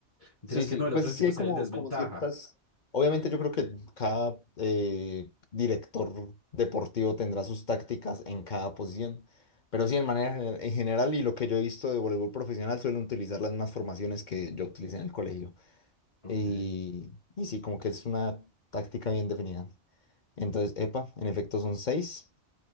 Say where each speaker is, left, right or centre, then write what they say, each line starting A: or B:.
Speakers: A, on the left (about 30°); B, on the left (about 50°).
A: Mentiras
B: sí,
A: que
B: sí.
A: no,
B: Pues
A: el otro equipo
B: sí hay
A: estaría
B: como,
A: en desventaja.
B: como ciertas. Obviamente yo creo que cada eh, director deportivo tendrá sus tácticas en cada posición. Pero sí, en manera general, en general, y lo que yo he visto de voleibol profesional suelen utilizar las mismas formaciones que yo utilicé en el colegio.
A: Ok.
B: Y, y sí, como que es una táctica bien definida. Entonces, epa, en efecto son seis.